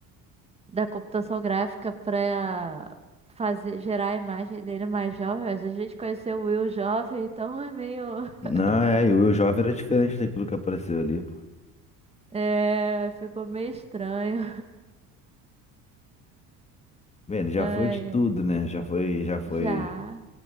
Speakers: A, on the right; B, on the left.
A: da computação gráfica pra fazer, gerar a imagem dele mais jovem. Mas a gente conheceu o Will jovem, então é meio. <laughs>
B: Não, é, e o jovem era diferente daquilo que apareceu ali, pô.
A: É, ficou meio estranho.
B: Bem, ele já
A: Ai,
B: foi de tudo, né? Já foi, já foi
A: já.